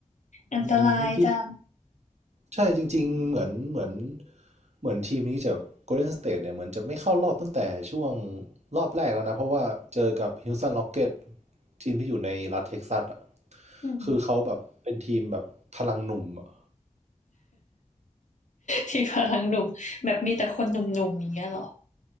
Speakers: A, on the left (about 65°); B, on the right (about 55°).
A: อันตรายจัง
B: อืมจริง ใช่จริงๆเหมือนเหมือนเหมือนทีมนี้จะ Golden State เนี่ยเหมือนจะไม่เข้ารอบตั้งแต่ช่วงรอบแรกแล้วนะเพราะว่าเจอกับ Houston Rockets ทีมที่อยู่ในรัฐเท็กซัสอ่ะ
A: อืม
B: คือเขาแบบเป็นทีมแบบพลังหนุ่มอะ
A: ที่พลังหนุ่มแบบมีแต่คนหนุ่มๆอย่างเงี้ยเหรอ